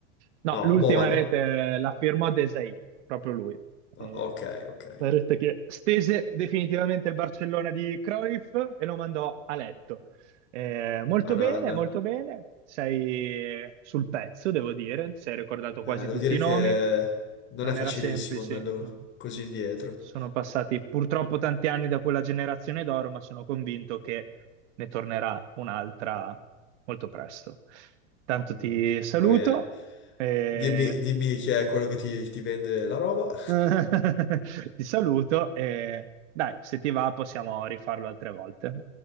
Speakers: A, on the right; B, on the left.
A: No,
B: No,
A: l'ultima
B: Bovan?
A: rete la firmò Desai, proprio lui. Eh,
B: Ah, ok, ok.
A: la rete che stese definitivamente il Barcellona di Cruyff e lo mandò a letto. Eh, molto
B: Anan.
A: bene, molto bene. Sei sul pezzo, devo dire. Ti sei ricordato
B: Eh,
A: quasi
B: devo
A: tutti
B: dire
A: i nomi.
B: che non
A: Non
B: è facilissimo
A: era semplice.
B: andando
A: no.
B: così indietro.
A: Sono passati purtroppo tanti anni da quella generazione d'oro, ma sono convinto che ne tornerà un'altra molto presto. Tanto
B: Mm,
A: ti saluto,
B: va bene.
A: e...
B: Dimmi, dimmi chi è quello che ti ti vende la roba.
A: <laughs> ti saluto e dai, se ti va possiamo rifarlo altre volte.